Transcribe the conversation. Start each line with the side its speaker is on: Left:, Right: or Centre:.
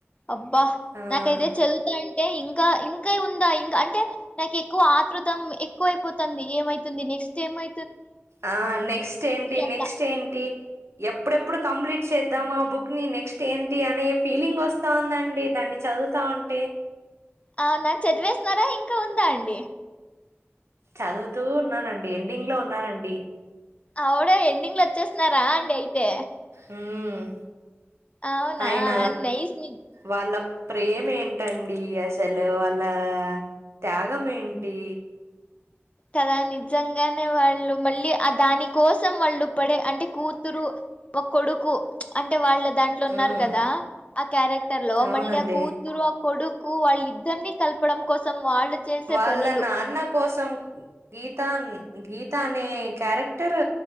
Left: అబ్బా
Right: ఆ
Left: నాకైతే చదువుతా అంటే ఇంకా ఇన్ ఇంకా ఉందా ఇంకా అంటే నాకు ఎక్కువ ఆతృతం ఎక్కువ అయిపోతాంది. ఏమైతుంది నెక్స్ట్ ఏమై
Right: ఆ నెక్స్ట్ ఏంటి,
Left: అట్లా
Right: నెక్స్ట్ ఏంటి ఎప్పుడెప్పుడు కంప్లీట్ చేద్దాం ఆ బుక్ ని నెక్స్ట్ ఏంటి అని ఫీలింగ్ వస్తా ఉందండి. దాన్ని చదువుతా ఉంటే
Left: అవునా చదివేస్తున్నారా ఇంకా ఉందా అండి.
Right: చదువుతూ ఉన్నానండి, ఎండింగ్ లో ఉన్నానండి.
Left: అవుడ ఎండింగ్ లో వచ్చేస్తున్నారా అండి. అయితే
Right: మ్మ్
Left: అవునా
Right: ఆయన
Left: నైస్ ని
Right: వాళ్ళ ప్రేమేంటండి అసలు వాళ్ళ త్యాగం ఏంటి.
Left: కదా నిజంగానే వాళ్ళు మళ్ళీ ఆ దాని కోసం వాళ్ళు పడే అంటే కూతురు ఒక కొడుకు అంటే వాళ్ళ దాంట్లో ఉన్నారు
Right: హ్మ్.
Left: కదా ఆ క్యారెక్టర్ లో
Right: అవునండి.
Left: మళ్ళీ ఆ కూతురు, ఆ కొడుకు కు వాళ్ళ ఇద్దరిని కలపడం కోసం వాళ్ళు చేసే
Right: వాళ్ళ
Left: పనులు
Right: నాన్న కోసం గీత గీత అనే క్యారెక్టర్